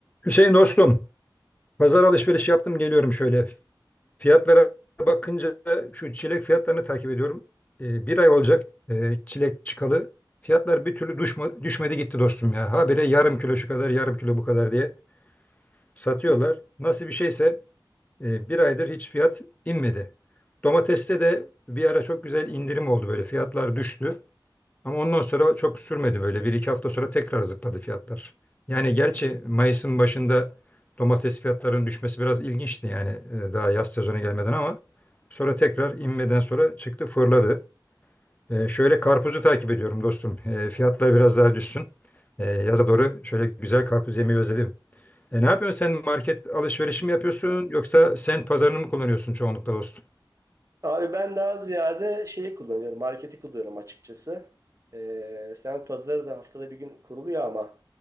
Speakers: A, on the left; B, on the right.
A: Hüseyin dostum, pazar alışveriş yaptım geliyorum şöyle. Fiyatlara bakınca şu çilek fiyatlarını takip ediyorum. Ee, bir ay olacak e, çilek çıkalı. Fiyatlar bir türlü düşme, düşmedi gitti dostum ya. Habire yarım kilo şu kadar, yarım kilo bu kadar diye satıyorlar. Nasıl bir şeyse e, bir aydır hiç fiyat inmedi. Domateste de bir ara çok güzel indirim oldu böyle. Fiyatlar düştü. Ama ondan sonra çok sürmedi böyle. Bir iki hafta sonra tekrar zıpladı fiyatlar. Yani gerçi Mayıs'ın başında domates fiyatlarının düşmesi biraz ilginçti yani e, daha yaz sezonu gelmeden ama sonra tekrar inmeden sonra çıktı fırladı. E, şöyle karpuzu takip ediyorum dostum. E, fiyatlar biraz daha düşsün. E, yaza doğru şöyle güzel karpuz yemeyi özledim. E, ne yapıyorsun sen market alışverişi mi yapıyorsun yoksa sen pazarını mı kullanıyorsun çoğunlukla dostum?
B: Abi ben daha ziyade şeyi kullanıyorum. Marketi kullanıyorum açıkçası. Ee, semt pazarı da haftada bir gün kuruluyor ama